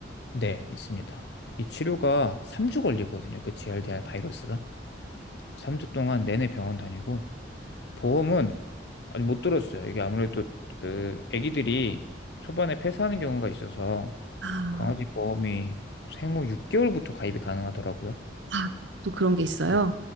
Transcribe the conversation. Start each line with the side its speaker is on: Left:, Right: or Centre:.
Left: 네, 있습니다. 이 치료가 3주 걸리거든요. 그 g r d r 바이러스가. 3주 동안 내내 병원 다니고 보험은 아니 못 들었어요. 이게 아무래도 그 아기들이 초반에 폐사하는 경우가 있어서
Right: 아,
Left: 강아지 보험이 생후 6개월부터 가입이 가능하더라고요.
Right: 아, 또 그런 게 있어요?
Left: 네.